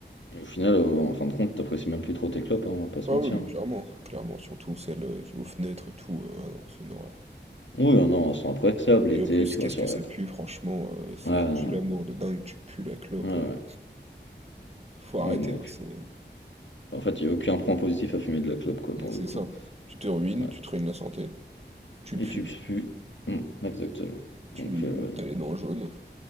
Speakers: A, on the left; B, on the right.
A: Et au final, euh, en fin de compte, t'apprécies même plus trop tes clopes, hein, on va pas se
B: Ah
A: mentir.
B: oui, mais
A: hein.
B: clairement, clairement, surtout celle euh, qui est aux fenêtres et tout, euh, ah non, c'est une horreur.
A: Oui, euh, non, elles sont appréciables l'été,
B: Et en plus,
A: tu
B: qu'est-ce
A: vois, sur
B: que ça
A: la...
B: pue, franchement, euh, c'est
A: Ouais,
B: un tue-l'amour de dingue, tu pues la clope.
A: ouais, ouais.
B: euh. Faut
A: Ouais,
B: arrêter,
A: ouais, non,
B: hein,
A: et puis-
B: c'est
A: En fait, il n'y a aucun point positif à fumer de la clope, quoi, pour
B: c'est
A: le coup.
B: ça. Tu te ruines,
A: Ouais.
B: tu te ruines la santé, tu
A: Et
B: pues,
A: tu pues. Hmm, exactement. Donc,
B: tu
A: euh, ouais, non.
B: t'as les dents jaunes,